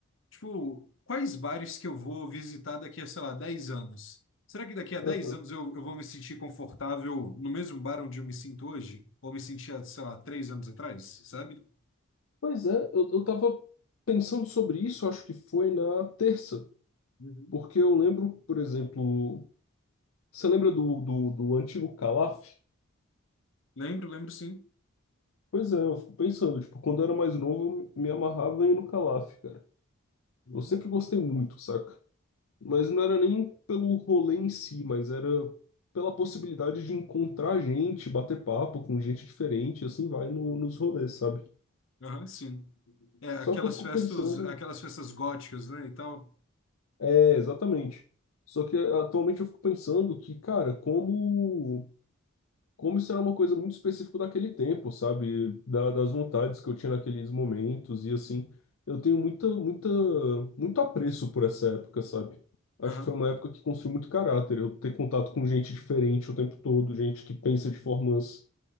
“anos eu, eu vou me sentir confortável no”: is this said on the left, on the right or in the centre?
Left